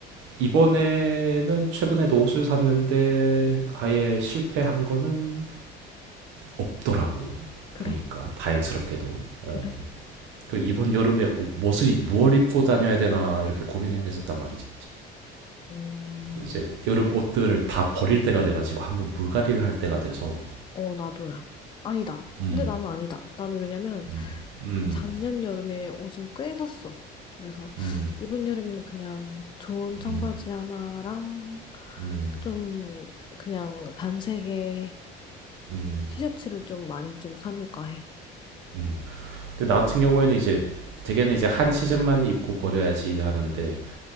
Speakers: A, on the right; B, on the left.
A: 이번에는 최근에도 옷을 샀는데 아예 실패한 거는 없더라고
B: 그래?
A: 보니까 다행스럽게도 어.
B: 그래?
A: 그 이번 여름에 옷- 을 무얼 입고 다녀야 되나 이렇게 고민했었단 말이지.
B: 음,
A: 이제 여름 옷들을 다 버릴 때가 돼가지고 한번 물갈이를 할 때가 돼서.
B: 어, 나도야. 아니다.
A: 음,
B: 근데 나는 아니다. 나는 왜냐면
A: 음, 음,
B: 작년 여름에 옷을 꽤 샀어. 그래서
A: 음,
B: 이번 여름에는 그냥 좋은 청바지
A: 음,
B: 하나랑
A: 음,
B: 좀 그냥 단색의
A: 음,
B: 티셔츠를 좀 많이 좀 사놓을까 해.
A: 음. 근데 나 같은 경우에는 이제 대개는 이제 한 시즌만 입고 버려야지 하는데